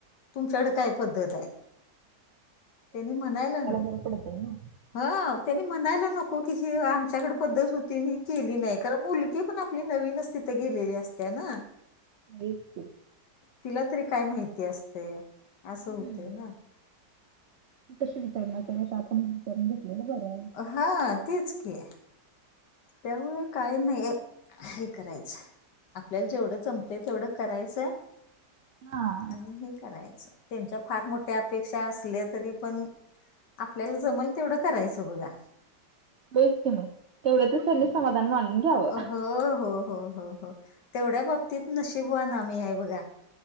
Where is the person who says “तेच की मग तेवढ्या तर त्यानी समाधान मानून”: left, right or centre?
Right